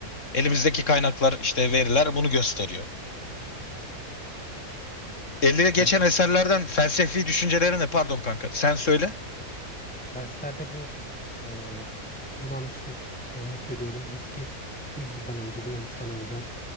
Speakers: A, on the left (about 50°); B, in the centre.
A: Elimizdeki kaynaklar işte veriler bunu gösteriyor. Elde geçen
B: Der-
A: eserlerden felsefi düşüncelerini pardon kanka sen söyle.
B: derslerde bu e, Yunan işte örnek veriyorum eski yüzyıldan önce Yunanistan'a özel